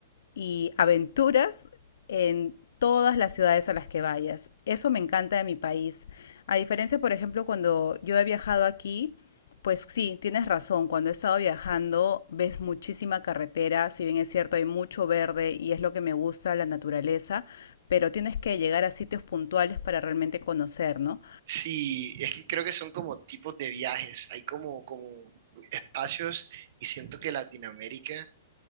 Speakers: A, on the left (about 80°); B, on the right (about 50°).
A: y aventuras en todas las ciudades a las que vayas. Eso me encanta de mi país. A diferencia, por ejemplo, cuando yo he viajado aquí, pues sí, tienes razón, cuando he estado viajando ves muchísima carretera, si bien es cierto hay mucho verde y es lo que me gusta, la naturaleza, pero tienes que llegar a sitios puntuales para realmente conocer, ¿no?
B: Sí, es que creo que son como tipos de viajes, hay como, como espacios y siento que Latinoamérica,